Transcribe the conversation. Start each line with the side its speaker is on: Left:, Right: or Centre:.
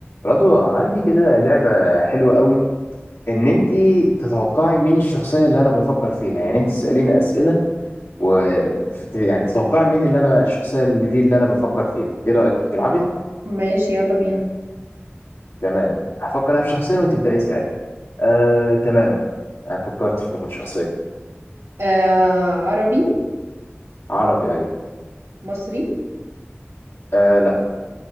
Left: رضوى عندي كده لعبة حلوة قوي ان انتي تتوقعي مين الشخصية اللي انا بفكر فيها يعني انت تسأليني اسئلة و... وت... يعني تتوقعي مين اللي انا الشخصية اللي دي اللي انا بفكر فيها ايه رأيك تلعبي
Right: ماشي يلا بينا
Left: تمام هفكر انا في شخصية وانت ابدأي اسألي آه... تمام انا فكرت في شخصية
Right: آه عربي
Left: عربي ايوه
Right: مصري
Left: آه... لا